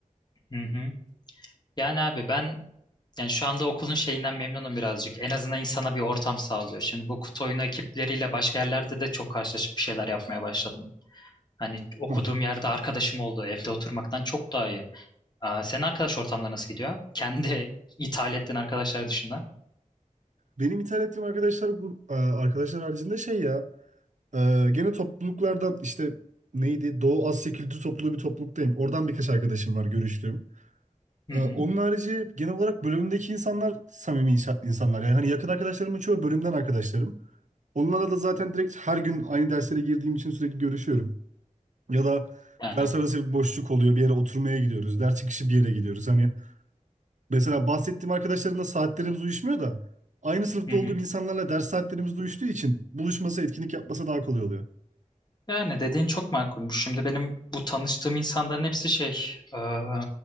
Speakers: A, on the left; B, on the right.
A: Hı hı. Yani abi ben yani şu anda okulun şeyinden memnunum birazcık. En azından insana bir ortam sağlıyor. Şimdi bu kutu oyunu ekipleriyle başka yerlerde de çok karşılaşıp bir şeyler yapmaya başladım. Hani okuduğum
B: Hah.
A: yerde arkadaşım oldu. Evde oturmaktan çok daha iyi. Aa, senin arkadaş ortamları nasıl gidiyor? Kendi ithal ettiğin arkadaşlar dışında.
B: Benim ithal ettiğim arkadaşlar bu e, arkadaşlar haricinde şey ya e, gene topluluklardan işte neydi Doğu Asya Kültür Topluluğu bir topluluktayım. Oradan birkaç arkadaşım var görüştüğüm.
A: Hı
B: E,
A: hı.
B: onun harici genel olarak bölümümdeki insanlar samimi insa- insanlar. Yani hani yakın arkadaşlarımın çoğu bölümden arkadaşlarım. Onlarla da zaten direkt her gün aynı derslere girdiğim için sürekli görüşüyorum. Ya da
A: Yani.
B: ders arası bir boşluk oluyor. Bir yere oturmaya gidiyoruz. Ders çıkışı bir yere gidiyoruz. Hani mesela bahsettiğim arkadaşlarımla saatlerimiz uyuşmuyor da aynı sınıfta
A: Hı hı.
B: olduğum insanlarla ders saatlerimiz de uyuştuğu için buluşması, etkinlik yapması daha kolay oluyor.
A: Yani dediğin çok makulmuş. Şimdi benim bu tanıştığım insanların hepsi şey, ıı,